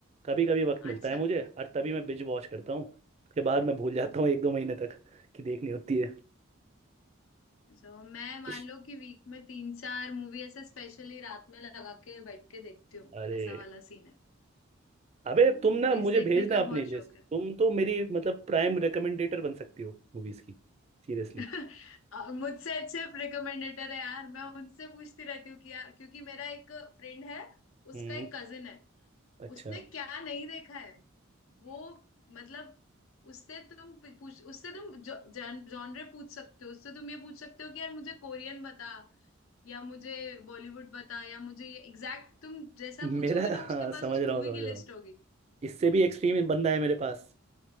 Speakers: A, on the right (about 30°); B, on the left (about 75°).
A: कभी कभी वक्त मिलता
B: अच्छा
A: है मुझे और तभी मैं बिंज वॉच करता हूँ उसके बाद मैं भूल जाता हूँ एक दो महीने तक कि देखनी होती है
B: तो मैं मान
A: इश,
B: लो कि वीक में तीन चार मूवी ऐसे स्पेशली रात में लगा के बैठ के देखती हूँ
A: अरे
B: ऐसा वाला सीन है
A: अबे
B: तो
A: तुम
B: मूवीज
A: ना मुझे
B: देखने
A: भेजना
B: का
A: अपनी
B: बहुत
A: लिस्ट
B: शौक है
A: तुम तो मेरी मतलब प्राइम रिकमेंडेटर बन सकती हो मूवीज की सीरियसली
B: <laughs> और मुझसे अच्छे रिकमेंडेटर है यार मैं उनसे पूछती रहती हूँ कि यार क्योंकि मेरा एक फ्रेंड है उसका
A: हम्म
B: एक कजिन है
A: अच्छा
B: उसने क्या नहीं देखा है वो मतलब उससे तुम पूछ उससे तुम जॉनरे पूछ सकते हो उससे तुम ये पूछ सकते हो कि यार मुझे कोरियन बता या मुझे बॉलीवुड बता या मुझे ये एग्जैक्ट तुम जैसा पूछोगे
A: मेरा
B: ना
A: हाँ
B: उसके
A: समझ
B: पास उस
A: रहा
B: मूवी
A: हूँ समझ
B: की लिस्ट
A: रहा हूँ
B: होगी
A: इससे भी एक्सट्रीम बंदा है मेरे पास